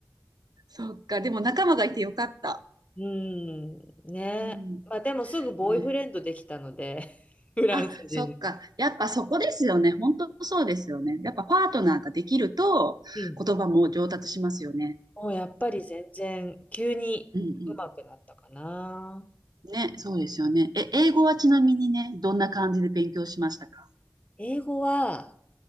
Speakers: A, on the right; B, on the left.
A: そっか。でも仲間がいてよかった。
B: うん、ね。
A: うん。
B: まあでもすぐボーイフレンドできたので、
A: ね。
B: <laughs> フランス人の。
A: あ、そっか。やっぱそこですよね。本当そうですよね。やっぱパートナーができると言葉も上達しますよね。
B: うん。もうやっぱり全然急に上手くなったかな。
A: うんうん。ね、そうですよね。え、英語はちなみにね、どんな感じで勉強しましたか
B: 英語は、